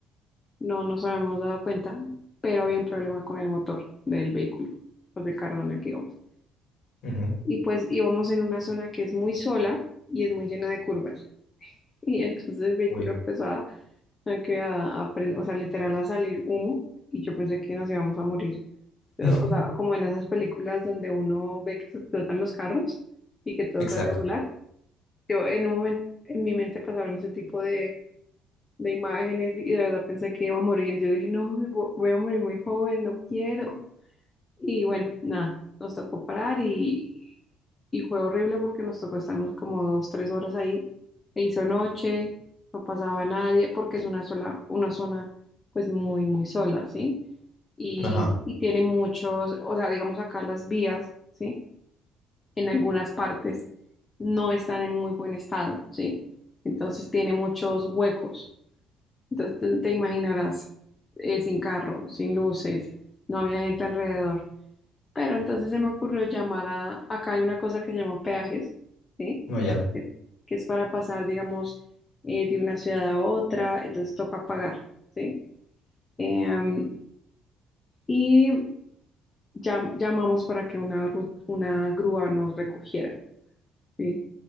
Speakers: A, on the left; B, on the left.
A: no nos habíamos dado cuenta, pero había un problema con el motor del vehículo, pues del carro en el que íbamos.
B: ujú,
A: Y pues íbamos en una zona que es muy sola y es muy llena de curvas. <laughs> Y entonces el vehículo
B: Uy.
A: empezó a, a, que a- a prend- o sea, literal a salir humo y yo pensé que nos íbamos a morir. Pero,
B: <laughs>
A: O sea, como en esas películas donde uno ve que se explotan los carros y que todo
B: Exacto.
A: sale a volar. Yo en un momento, en mi mente pasaron ese tipo de, de imágenes y de verdad pensé que iba a morir. Yo dije, no, vo- voy a morir muy joven, no quiero. Y bueno, nada, nos tocó parar y, y fue horrible porque nos tocó estarnos como dos, tres horas ahí. E hizo noche, no pasaba nadie porque es una sola, una zona pues muy, muy sola, ¿sí? Y,
B: Ajá.
A: y tiene muchos, o sea, digamos acá las vías, ¿sí? en algunas partes no están en muy buen estado, ¿sí? Entonces tiene muchos huecos. Entonces te, te imaginarás, eh, sin carro, sin luces, no había gente alrededor. Pero entonces se me ocurrió llamar a, acá hay una cosa que se llama peajes, ¿sí?
B: No, ya.
A: Que que es para pasar, digamos, eh, de una ciudad a otra, entonces toca pagar, ¿sí? Em, y llam- llamamos para que una, ru- una grúa nos recogiera, ¿sí?